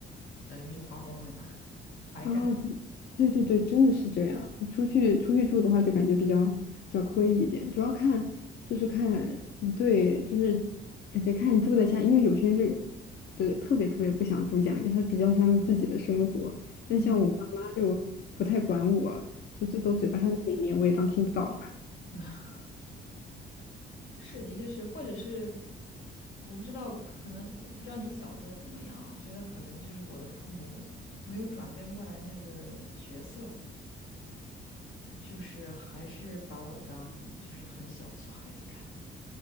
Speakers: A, on the left; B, on the left.
A: 等于就花光了呀，<laughs> 白干。
B: 啊，嗯对对对，真的是这样。出去出去住的话，就感觉比较比较亏一点，主要看就是看你对，就是感觉看你住在家，因为有些人是的特别特别不想住家里，他比较想有自己的生活。但像我爸妈就不太管我，
A: 嗯
B: 就最多嘴巴上念一念，
A: 嗯，
B: 我也当听不到。
A: <laughs> 那是，的确是，或者是我不知道，可能不知道你小时候怎么样啊？我觉得可能就是我的父母没有转变过来那个角色。就是还是把我当就是很小的小孩子看，